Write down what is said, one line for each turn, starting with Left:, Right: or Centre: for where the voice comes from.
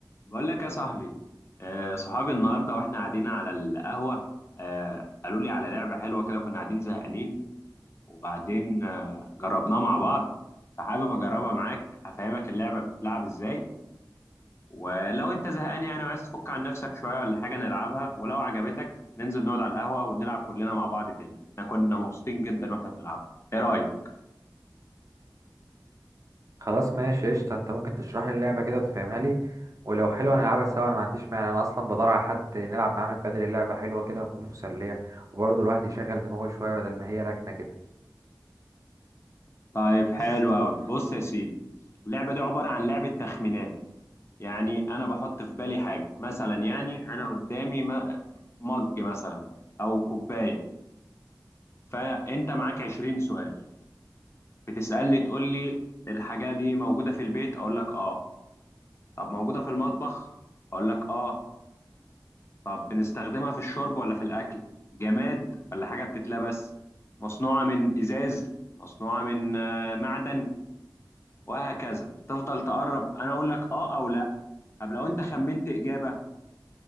Left: بقول لك يا صاحبي آه، صحابي النهارده واحنا قاعدين على القهوه آه، قالوا لي على لعبه حلوه كده كنا قاعدين زهقانين وبعدين آه، جربناها مع بعض فحابب اجربها معاك هفهمك اللعبه بتتلعب ازاي ولو انت زهقان يعني وعايز تفك عن نفسك شويه ولا حاجه نلعبها ولو عجبتك ننزل نقعد على القهوه ونلعب كلنا مع بعض تاني احنا كنا مبسوطين جدا واحنا بنلعبها ايه رايك
Right: خلاص ماشي قشطة انت ممكن تشرح لي اللعبة كده وتفهمها لي ولو حلوة نلعبها سوا انا ما عنديش مانع انا اصلا بدور على حد نلعب معاه من بدري اللعبة حلوة كده وتكون مسلية وبرضه الواحد يشغل دماغه شوية بدل ما هي راكنة كده
Left: طيب حلو
Right: <laughs>
Left: قوي بص يا سيدي اللعبه دي عباره عن لعبه تخمينات يعني انا بحط في بالي حاجه مثلا يعني انا قدامي م- مج مثلا او كوبايه فانت معاك 20 سؤال بتسالني تقول لي الحاجه دي موجوده في البيت اقول لك اه طب موجوده في المطبخ اقول لك اه طب بنستخدمها في الشرب ولا في الاكل جماد ولا حاجه بتتلبس مصنوعه من ازاز مصنوعه من آه، معدن وهكذا تفضل تقرب انا اقول لك اه او لا طب لو انت خمنت اجابه